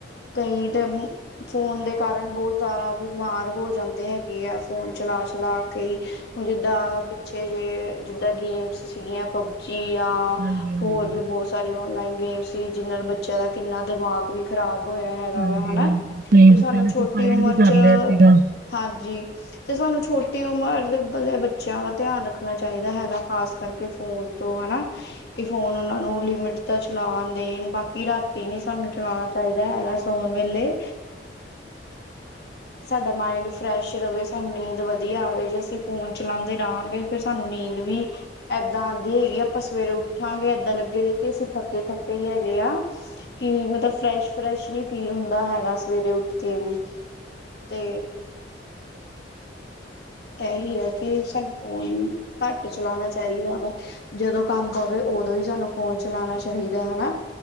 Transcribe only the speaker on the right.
ਹਾਂਜੀ ਹਾਂਜੀ
ਹਾਂਜੀ
ਹਾਂਜੀ ਨਹੀਂ
ਪਹਿਲੇ
ਸੁਸਾਈਡ
ਵੀ ਕਰ
ਲਿਆ ਸੀਗਾ
<inaudible>